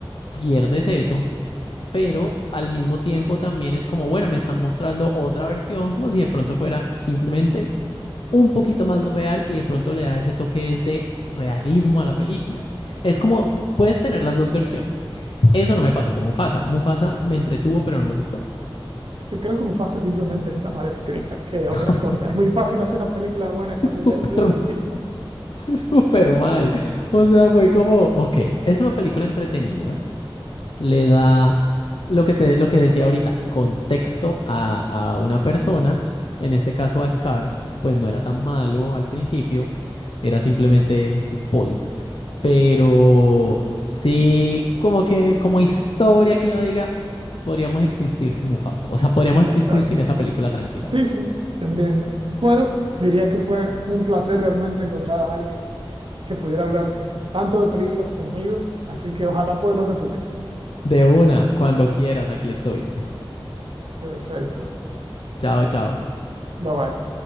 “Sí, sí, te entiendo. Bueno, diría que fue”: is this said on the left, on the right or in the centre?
Right